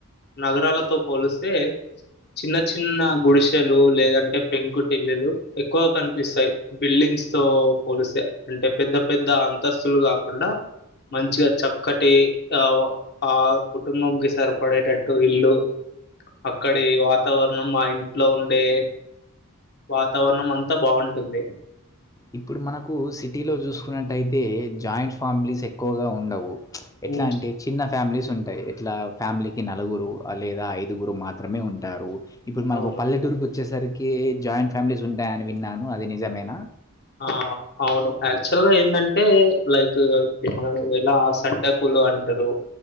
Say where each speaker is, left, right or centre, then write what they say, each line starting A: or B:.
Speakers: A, on the left; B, on the left.
A: నగరాలతో పోలిస్తే చిన్న చిన్న గుడిసెలు లేదంటే, పెంకు టిల్లులు ఎక్కువ కనిపిస్తాయి బిల్డింగ్ స్ తో పోలిసే అంటే పెద్ద పెద్ద అంతస్తులు కాకుం మంచిగా చక్కటి ఆ ఆ కుటుంబం కి సరిపడేటట్టు ఇల్లు అక్కడి వాతావరణం మా ఇంట్లో ఉండే వాతావరణం అంతా బాగుంటుంది.
B: ఇప్పుడు మనకు సిటీలో చూసుకున్నట్టయితే, జాయింట్ ఫ్యామిలీస్ ఎక్కువగా ఉండవు. ఎట్లా
A: ఉమ్
B: అంటే చిన్న ఫ్యామిలీస్ ఉంటాయి. ఎట్లా ఫ్యామిలీకి నలుగురు లేదా ఐదుగురు మాత్ మాత్రమే ఉంటారు. ఇప్పుడు మనకు
A: అవును
B: పల్లెటూరుకి వచ్చేసరికి జాయింట్ ఫ్యామిలీస్ ఉంటాయ అని విన్నాను. అది నిజమేనా.
A: ఆ అవును యాక్చువల్ గా ఏంటంటే లైక్ మనం ఎలా సడ్డకులు అంటరు